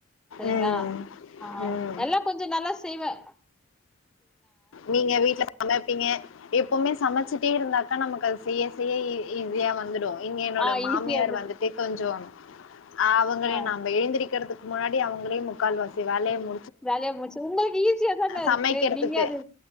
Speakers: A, in the centre; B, on the left.
A: சரிங்களா
B: ம்.
A: ஹா
B: ம்.
A: எல்லாம் கொஞ்ச நல்லா செய்வேன்
B: நீங்க வீட்டுல சமப்பீங்க எப்வுமே சமைச்சு சுட்டிய இருந்தாக்கா நமக்கு அது செய்ய-செய்ய ஈஸியாக வந்துடும் இங்க என்னோட
A: ஆ
B: மாமியார்
A: ஈஸியா இருந்து
B: வந்துட்டு கொஞ்சோ அவுங்கள
A: ஆ
B: நாம எழுந்திருக்கிறதுக்கு முன்னாடி அவுங்கலே முக்கால் வாசி வேலய மு
A: வேலையா முடிச்சு உங்களுக்கு ஈஸியா தான
B: சமைக்கிறதுக்கு.
A: இருக்கு நீ அது